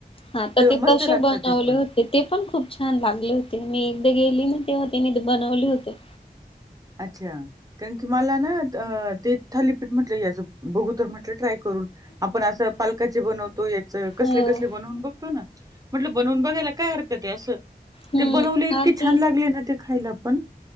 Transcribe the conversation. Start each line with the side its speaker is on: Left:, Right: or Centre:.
Left: हा तर ते
Right: मस्त
Left: तशे
Right: लागतात
Left: बनवले
Right: ते पण
Left: होते. ते पण खूप छान लागले होते. मी एकदा गेली ना तेव्हा तीनी बनवले होते.
Right: अच्छा कारण की मला ना ते थालीपीठ म्हटल याच बघू तर म्हटल ट्राय करून. आपण अस पालकाचे बनवतो याच कसले
Left: हो
Right: कसले बनवून बघ होना म्हटल बनवून बघायला काय हरकत आहे अस
Left: हम्म
Right: ते बनवले इतके
Left: आणि
Right: छान लागले ना ते. खायला पण